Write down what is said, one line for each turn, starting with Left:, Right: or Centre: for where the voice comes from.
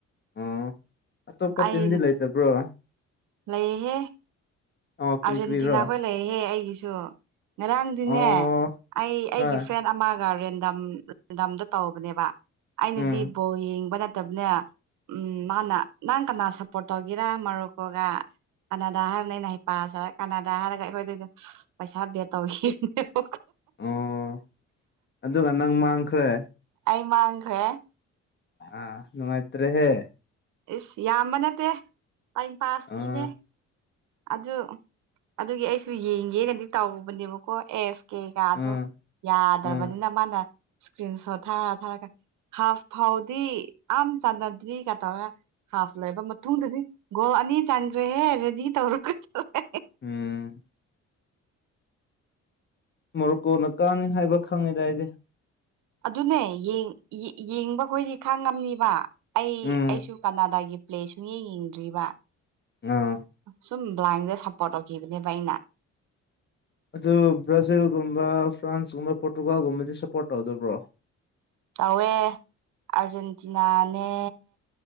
Left: ꯑꯣ ꯑꯇꯣꯞꯄ
Right: ꯑꯩ
Left: ꯇꯤꯝꯗꯤ ꯂꯩꯇꯕ꯭ꯔꯣ
Right: ꯂꯩꯍꯦ
Left: ꯑꯣ ꯀꯔꯤ
Right: ꯑꯥꯔꯖꯦꯟꯇꯤꯅꯥꯈꯣꯏ
Left: ꯀꯔꯤꯔꯣ
Right: ꯂꯩꯍꯦ ꯑꯩꯒꯤꯁꯨ ꯉꯔꯥꯡꯗꯤꯅꯦ
Left: ꯑꯣ
Right: ꯑꯩ ꯑꯩꯒꯤ
Left: ꯍꯣꯏ
Right: ꯐ꯭ꯔꯦꯟ ꯑꯃ ꯔꯦꯟꯗꯝ ꯔꯦꯟꯗꯝꯗ ꯇꯧꯧꯕꯅꯦꯕ ꯑꯩꯅꯗꯤ
Left: ꯎꯝ
Right: ꯕꯣ ꯌꯦꯡꯕ ꯅꯠꯇꯕꯅꯦ ꯎꯝ ꯃꯥꯅ ꯅꯪ ꯀꯅꯥ ꯁꯞꯄꯣꯔꯠ ꯇꯧꯒꯦꯔ ꯃꯔꯨꯞꯀꯣꯒ ꯀꯅꯥꯗ ꯍꯥꯏꯕꯅ ꯑꯩꯅ ꯍꯥꯏ ꯄꯥꯁ ꯍꯥꯏꯔ ꯀꯅꯗ ꯍꯥꯏꯔꯒ ꯑꯩꯈꯣꯏꯗꯗ ꯄꯩꯁꯥ ꯕꯦ ꯇꯧꯈꯤꯅꯦꯕꯣ
Left: ꯑꯣ ꯑꯗꯨꯒ ꯅꯪ ꯃꯥꯡꯈ꯭ꯔꯦ
Right: ꯃꯥ꯭ꯔꯦ
Left: ꯑ ꯅꯨꯡꯃꯥꯏꯇ꯭ꯔꯦ ꯍꯦ
Right: ꯏꯁꯁ ꯌꯥꯝꯕ ꯅꯠꯇꯦ ꯇꯥꯏꯝ ꯄꯥꯁꯀꯤꯅꯦ
Left: ꯑꯥ
Right: ꯑꯗꯨ ꯑꯗꯨꯒꯤ ꯑꯩꯁꯨ ꯌꯦꯡꯒꯦꯅꯗꯤ ꯇꯧꯕꯅꯦꯕꯀꯣ ꯑꯦꯐ ꯀꯦꯒꯗꯣ
Left: ꯑꯥ
Right: ꯌꯥꯗ꯭ꯔꯕꯅꯤꯅ
Left: ꯑꯥ
Right: ꯃꯥꯅ ꯏꯁꯀ꯭ꯔꯤꯟ ꯁꯣꯠ ꯊꯥꯔ ꯊꯥꯔꯒ ꯍꯥꯐ ꯐꯥꯎꯗꯤ ꯑ ꯆꯥꯟꯅꯗ꯭ꯔꯤ ꯀ ꯇꯧꯒ ꯍꯥꯐ ꯂꯣꯏꯕ ꯃꯇꯨꯡꯗꯗꯤ ꯒꯣꯜ ꯑꯅꯤ ꯆꯥꯟꯈ꯭ꯔꯦꯍꯦ ꯔꯦꯗꯤ ꯇꯧꯔꯒꯧꯦ
Left: ꯎꯝ ꯃꯣꯔꯣꯀꯣꯅ ꯀꯥꯅꯤ ꯍꯥꯏꯕ ꯈꯪꯉꯤꯗꯥꯏꯗꯤ
Right: ꯑꯗꯨꯅꯦ ꯌꯦꯡꯕ ꯑꯩꯈꯣꯏꯗꯤ ꯈꯥꯡ ꯉꯝꯅꯤꯕ ꯑꯩ
Left: ꯎꯝ
Right: ꯑꯩꯁꯨ ꯀꯅꯥꯗꯥꯒꯤ ꯄ꯭ꯂꯦ ꯁ ꯌꯦꯡ ꯌꯦꯡꯗ꯭ꯔꯤꯕ
Left: ꯑꯥ
Right: ꯁꯨꯝ ꯕ꯭ꯂꯥꯏꯟꯁꯦ ꯁꯄꯣꯔꯠꯔꯈꯤꯕꯈꯤꯕꯅꯦ ꯥꯏꯅ
Left: ꯑꯗꯨ ꯕ꯭ꯔꯥꯖꯤꯜꯒꯨꯝꯕ ꯐ꯭ꯔꯥꯟꯁꯀꯨꯝꯕ ꯄꯣꯔꯇꯨꯒꯥꯜꯒꯨꯝꯕꯗꯤ ꯁꯞꯄꯣꯔꯠ ꯇꯧꯗꯕ꯭ꯔꯣ
Right: ꯇꯧꯋꯦ ꯑꯥꯔꯖꯦꯟꯇꯤꯅꯥꯅꯦ